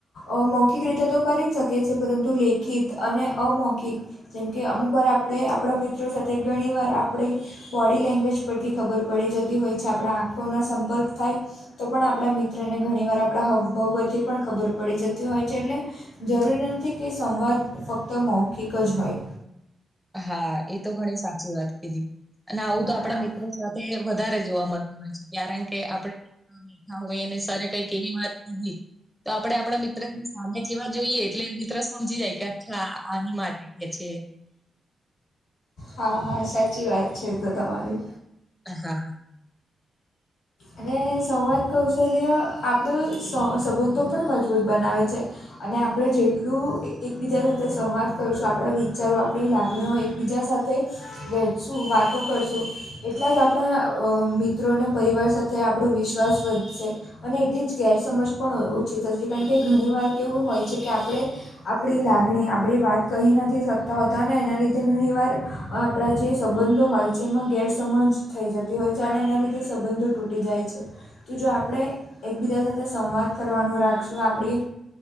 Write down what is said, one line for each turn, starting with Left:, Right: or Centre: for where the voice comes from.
Left: અ મૌખિક રીતે તો કરી જ શકે છે પરંતુ લેખિત અને અમૌખિક જેમકે અમુક વાર આપણે આપણા મિત્રો સાથે ઘણી વાર આપણી બોડી લેંગ્વેજ પર થી ખબર પડી હોય છે આપણા આંખોના સંપર્ક થાય. તો પણ આપણા મિત્રને ઘણીવાર આપણા હાવભાવ પરથી પણ ખબર પડી જતી હોય છે એટલે જરૂરી નથી કે સંવાદ ફક્ત મૌખિક જ હોય.
Centre: હા એ તો ઘણી સાચી વાત કીધી અને આવું
Left: હા
Centre: તો આપણા મિ સાથે વધારે જોવા મળતું હોય છે કારણ કે આપડ બેઠા હોય અને સર કઈક એવી વાત કધ તો આપણે આપણા મિત્રની સામે જેવા જોઈએ એટલે મિત્ર સમજી જાય કે અચ્છા આની માટે કે છે.
Left: હા હા સાચી વાત છે તો તમારી.
Centre: <inaudible>
Left: અને સંવાદ કૌશલ્ય આપણું સંબંધો પણ મજબૂત બનાવે છે. અને આપણે જેટલું એકબીજા સાથે સંવાદ કરશું આપણા વિચારો આપણી લાગણીઓ એકબીજા સાથે વઠશું કરશું એટલા જ આપણા મિત્રો અ પરી નો આપણો વિશ્વાસ વધશે. અને એટલી જ ગેરસમજ પણ ઓછી થશે કારણ કે ઘણી વાર કેવું હોય છે કે આપણે આપણી આપણી વાત કહી નથી શકતા હોતા અનેને લીધે ઘણી વાર આપણા જે હોય છે એમાં ગેરસમજ થઈ જતી હોય છે અને એના સંબંધો તટી જાય છે તો જો આપણે એકબીજા સાથે સંવાદ કરવાનું રાખશું આપણી.